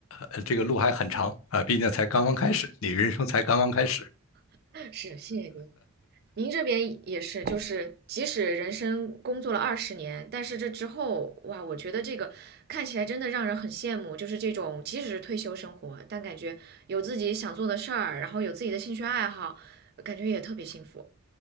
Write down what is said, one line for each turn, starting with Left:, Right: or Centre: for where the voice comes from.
Left: 呃，这个路还很长啊、呃毕竟才刚刚开始，你人生才刚刚开始。
Right: <laughs> 是，谢谢您。您这边也是，就是即使人生工作了二十年，但是这之后，哇，我觉得这个看起来真的让人很羡慕，就是这种即使是退休生活，但感觉有自己想做的事儿，然后有自己的兴趣爱好，感觉也特别幸福。